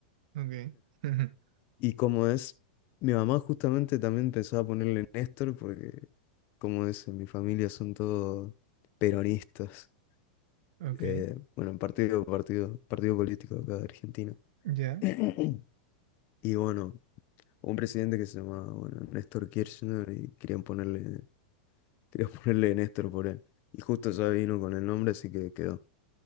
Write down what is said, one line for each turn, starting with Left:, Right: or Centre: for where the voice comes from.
Right: Ok. <laughs>
Left: Y como es, mi mamá justamente también empezó a ponerle Néstor porque, como es, en mi familia son todos peronistas.
Right: Ok.
Left: eh, bueno, partido, partido, partido político acá de Argentina. <coughs>
Right: Ya.
Left: <clears throat> Y bueno, un presidente que se llamaba, bueno, Néstor Kirchner y querían ponerle, querían <laughs> ponerle Néstor por él. Y justo ya vino con el nombre, así que quedó.